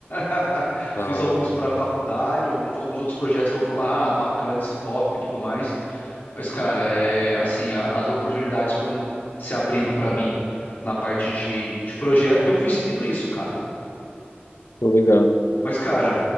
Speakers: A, on the left; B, on the left.
A: <laughs>
B: Ah,
A: Fiz alguns para faculdade, alguns, alguns outros projetos que eu falo, ah, bacana esse tópico e tudo mais. Mas, cara, é assim, a- as oportunidades foram se abrindo para mim na parte de, de projeto e eu fui seguindo isso, cara.
B: tô ligado.
A: Mas, cara,